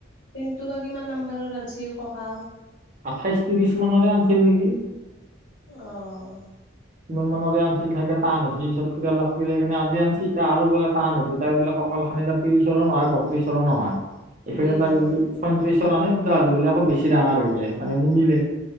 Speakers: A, on the left; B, on the right.
A: পেণ্টো বা কিমান নাম্বাৰৰ আনিছিল কঁকাল
B: আঠাইশ ত্ৰিশ মানৰে আনিছিল নেকি?
A: অ'।
B: ইমান মানৰে আনিছিল চাগে টান হৈছি তাৰপিছত এতিয়া অলপ ফিৰাই কিনে আজি আনিচি এতিয়া আৰু বোলে টান হৈছে, তাই বোলে কঁকাল খনি এতিয়া ত্ৰিশৰো নহয় বত্ৰিশৰো নহয় এইফালে
A: ইয়ে
B: তাৰ যদি ছয়ত্ৰিশৰ আনে তেতিয়া হলি বোলে আকৌ বেছি ডাঙৰ হৈ যায় মানে নিমিলে